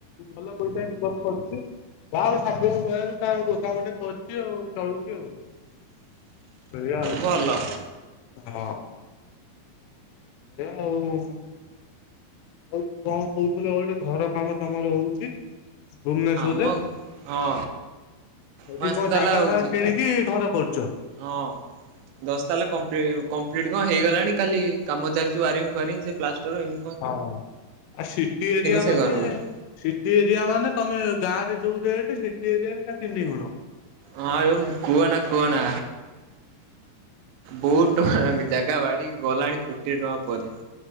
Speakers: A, on the left (about 80°); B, on the right (about 80°).
A: ଭଲ ପଇସା ଇନକମ୍ କରୁଚି ଯାହା ହଉ ଠାକୁରଙ୍କ ଦୟାରୁ ତା ଗୋଦାମଟେ କରିଚି ଆଉ। ଚଳୁଚି ଆଉ ସେଇଆ ଆଉ।
B: ଭଲ।
A: ହଁ। ଏୟା ଆଉ ଆଉ କଣ କହୁଥିଲ ଗୋଟେ ଘର କାମ ତମର ହଉ ଚି ଭୁବନେଶ୍ଵରେ
B: ଆମ ହଁ
A: ହେଠି
B: ପାଞ୍ଚ
A: କଣ
B: ତାଲା
A: ଜାଗା
B: ହଉଛି।
A: ଫାଗା କିଣି କି ଘର କରୁଚ?
B: ହଁ ଦଶ ତାଲା କମ୍ପ୍ଲି କମ୍ପ୍ଲିଟ୍ କଣ ହେଇଗଲାଣି କାଲି କାମ ଚାଲିିଚି ୱାରିଙ୍ଗ୍ ଫ୍ୱାରିଙ୍ଗ୍ ସେ ପ୍ଲାଷ୍ଟର ଏମ୍
A: ହଁ ଆ ସିଟି ଏରିଆ
B: ସେ
A: ମାନେ
B: ଘର କଥା
A: ସିଟି ଏରିଆ ମାନେ ତମେ ଗାଁରେ ଯୋଉ ରେଟେ ସିଟି ଏରିଆରେ ତା ତିନି ଗୁଣ।
B: ହଁ ଆଉ କୁହନା କୁହନା। ବହୁତ ଟଙ୍କା ଜାଗା ବାଡ଼ି ଗଲାଣି କୋଟିଏ ଟଙ୍କା ପରେ।